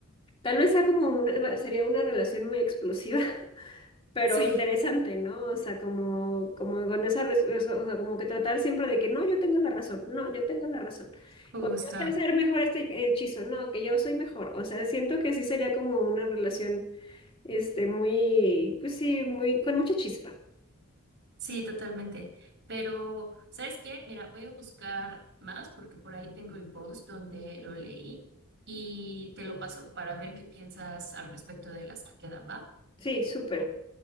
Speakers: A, on the left (about 25°); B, on the right (about 50°).
A: Tal vez sea como una, sería una relación muy explosiva, pero
B: Sí,
A: interesante, ¿no? O sea, como, como con esa, res- o sea, o sea, como que tratar siempre de que no, yo tengo la razón, no, yo tengo la razón,
B: justo.
A: o yo sé hacer mejor este hechizo, no, que yo soy mejor, o sea, siento que sí sería como una relación, este, muy, pues sí, muy, con mucha chispa,
B: Sí, totalmente. Pero, ¿sabes qué? Mira, voy a buscar más porque por ahí tengo el post donde lo leí y te lo paso para ver qué piensas al respecto de las que quedan, ¿va?
A: sí, súper.